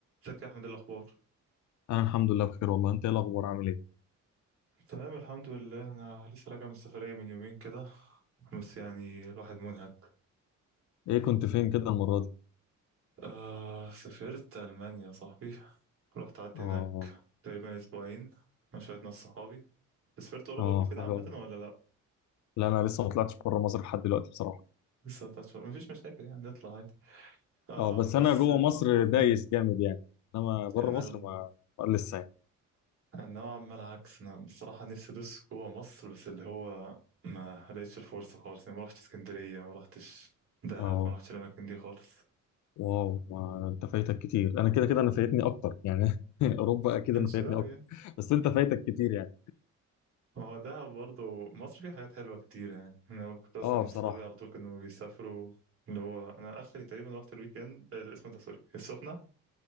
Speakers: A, on the right; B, on the left.
A: ازيك يا احمد إيه الاخبار
B: انا الحمد لله بخير والله انت ايه الاخبار عامل ايه
A: تمام الحمد لله انا لسه راجع من سفريه من يومين كده بس يعني الواحد منهك
B: ايه كنت فين كده المره دي
A: آه سافرت المانيا يا صاحبي رحت قعدت
B: اه
A: هناك تقريبا اسبوعين مع شويه ناس صحابي بس سافرت اوروبا
B: اه
A: قبل كده
B: حلو
A: عامه
B: قوي
A: ولا لا
B: لا انا لسه ما طلعتش بره مصر لحد دلوقتي بصراحه
A: لسه تشهر مفيش مشاكل يعني نطلع عادي آه
B: اه بس
A: بس
B: انا جوه
A: آه،
B: مصر دايس
A: مم،
B: جامد يعني انما بره
A: انا
B: مصر
A: ال-
B: ما ما لسه يعني
A: أنا نوعا ما العكس انا الصراحه نفسي ادوس جوه مصر بس اللي هو ما لقيتش الفرصه خالص يعني ما رحتش اسكندريه ما رحتش دهب
B: اه
A: ما رحتش الاماكن دي خالص
B: واو ما انت فايتك كتير انا كده كده انا فايتني اكتر يعني <laughs> اوروبا
A: <laughs>
B: اكيد انا
A: مش
B: فايتني
A: قوي
B: اكتر
A: يعني
B: بس انت فايتك كتير يعني
A: ما هو دهب برضه مصر فيها حاجات حلوة كتير يعني أنا كنت أسمع
B: اه
A: من
B: بصراحه
A: صحابي على طول كانوا بيسافروا اللي هو أنا آخري تقريبا رحت الويك إند آه، اسمه ده سوري السخنة